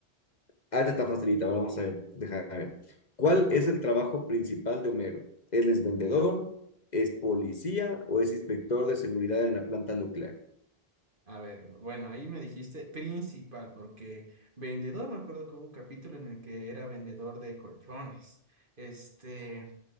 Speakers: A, on the left (about 45°); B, on the right (about 55°).
A: Ah, esta está facilita, ahora vamos a ver. Déjame ver. ¿Cuál es el trabajo principal de Homero? ¿Él es vendedor? ¿Es policía o es inspector de seguridad en la planta nuclear?
B: A ver, bueno, ahí me dijiste principal, porque vendedor, me acuerdo que hubo un capítulo en el que era vendedor de colchones. Este,